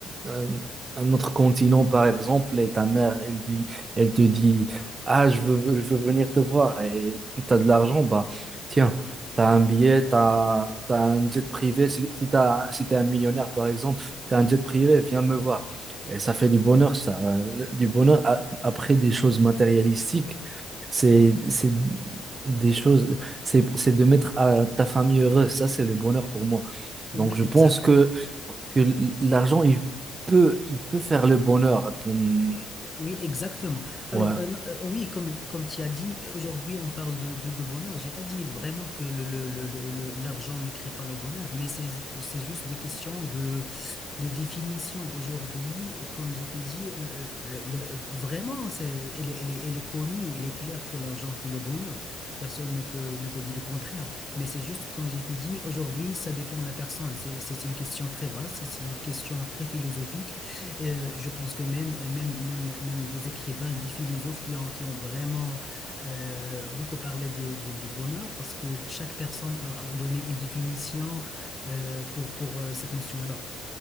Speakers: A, on the right; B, on the left.
A: un, un autre continent, par exemple, et ta mère, elle dit, elle te dit, Ah, je veux, je veux venir te voir et tu as de l'argent, bah tiens, tu as un billet, tu as, un jet privé. Si, si t'as si t'es un millionnaire, par exemple, tu as un jet privé, viens me voir. Et ça fait du bonheur, ça. Du bonheur a- après des choses matérialistiques, c'est, c'est des choses, c'est, c'est de mettre à ta famille heureuse. Ça, c'est le bonheur pour moi. Donc,
B: Oui,
A: je pense
B: exact.
A: que, que l'argent, il peut, il peut faire le bonheur. Hum,
B: Oui, exactement.
A: Ouais,
B: Alors, euh, euh, oui, comme, comme tu as dit, aujourd'hui, on parle de, de, de bonheur. J'ai pas dit vraiment que le, le, le, le- le- l'argent ne crée pas le bonheur, mais c'est, c'est juste des questions de définition aujourd'hui, euh, comme je t'ai dit, le, le- le- vraiment, c'est, elle est, elle est- elle est connue, il est clair que l'argent fait le bonheur. Personne ne peut, ne peut dire le contraire. Mais c'est juste, comme je t'ai dit, aujourd'hui, ça dépend de la personne. C'est, c'est une question très basse, c'est une question très philosophique. Euh, je pense que même, même, même, même des écrivains, des philosophes qui ont, qui ont vraiment euh, beaucoup parlé de, de, de bonheur, parce que chaque personne a, a donné une définition euh, pour, pour euh, cette notion-là.